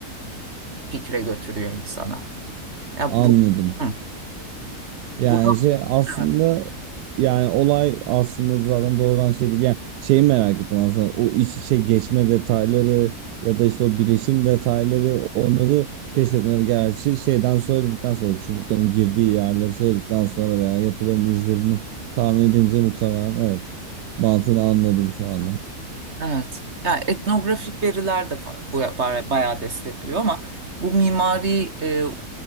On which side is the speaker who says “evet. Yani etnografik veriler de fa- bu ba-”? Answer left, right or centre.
Right